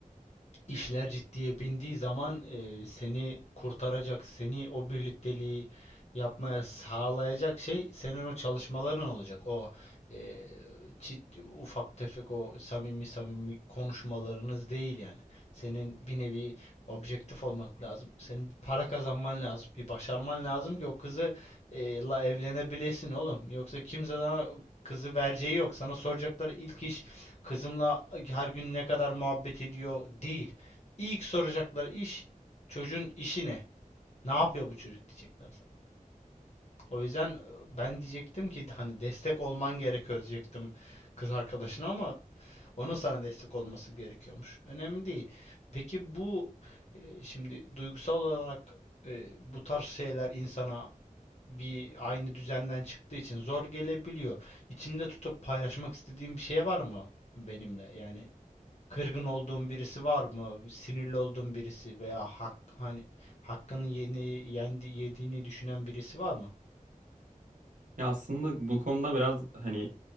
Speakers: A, on the left (about 50°); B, on the right (about 65°).
A: İşler ciddiye bindiği zaman e, seni kurtaracak, seni o birlikteliği yapmaya sağlayacak şey senin o çalışmaların olacak. O e, çi- ufak tefek o samimi samimi konuşmalarınız değil yani. Senin bir nevi objektif olmak lazım. Senin bir para kazanman lazım. Bir başarman lazım ki o kızı e, la evlenebilesin oğlum. Yoksa kimse sana kızı vereceği yok. Sana soracakları ilk iş kızımla her gün ne kadar muhabbet ediyor değil. İlk soracakları iş çocuğun işi ne? Ne yapıyor bu çocuk diyecekler sana. O yüzden e, ben diyecektim ki hani destek olman gerekiyor diyecektim kız arkadaşına ama onun sana destek olması gerekiyormuş. Önemli değil. Peki bu e, şimdi duygusal olarak e, bu tarz şeyler insana bir aynı düzenden çıktığı için zor gelebiliyor. İçinde tutup paylaşmak istediğin bir şey var mı benimle? Yani kırgın olduğun birisi var mı? Sinirli olduğun birisi veya hak, hani hakkını yeni yendi, yediğini düşünen birisi var mı?
B: Ya aslında bu konuda biraz hani